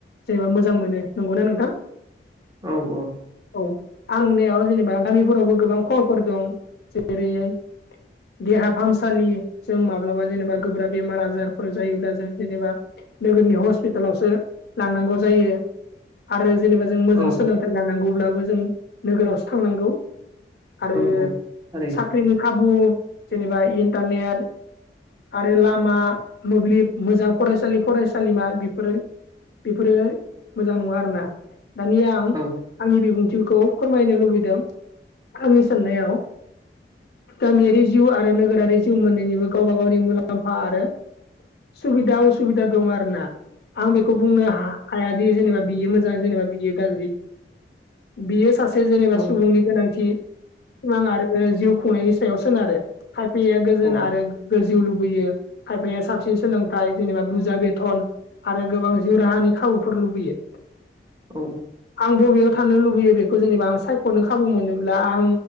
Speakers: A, on the left (about 60°); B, on the right (about 20°).
A: जेनेबा मोजां मोनो नंगौना नोंथां?
B: औ औ।
A: औ आं नुनायाव जेनेबा गामिफोरावबो गोबां खहाफोर दं जेरैयै देहा फाहामसालि जों माब्लाबा जेनेबा गोब्राब बेमार आजार फोर जायोब्ला जों जेनेबा नोगोरनि हस्पिटालावसो लांनांगौ जायो। आरो जेनेबा जों मोजां
B: औ
A: सोलोंथाइ लानांगौब्लाबो जों नोगोरावसो थांनांगौ। आरो
B: औ औ थारैनो
A: साख्रिनि खाबु जेनेबा इन्टारनेट आरो लामा मोब्लिब मोजां फरायसालि फरायसालिमा बेफोरो बेफोरो मोजां नङा आरोना दानिया आं
B: औ
A: आंनि बिबुंथिखौ फोरमायनो लुबैदों आंनि साननायाव गामियारि जिउ आरो नोगोरारि जिउ मोननैनिबो गावबा गावनि मुलाम्फा आरो सुबिदा उसुबिदा दं आरो ना आं बेखौ बुंनो हा हायादि जेनेबा बियो मोजां जेनेबा बियो गाज्रि। बियो सासे जेनेबा
B: औ
A: सुबुंनि गोनांथि। सिमां आरो जिउ खुंनायनि सायाव सोनारो खायफाया गोजोन
B: औ
A: आरो गोजौ लुबैयो खायफाया साबसिन सोलोंथाइ जेनेबा बुरजा बेथन आरो गोबां जिउ राहानि खाबुफोर लुबैयो।
B: औ।
A: आं बबेयाव थानो लुबैयो बेखौ जेनेबा आं सायख'नो खाबु मोनोब्ला आं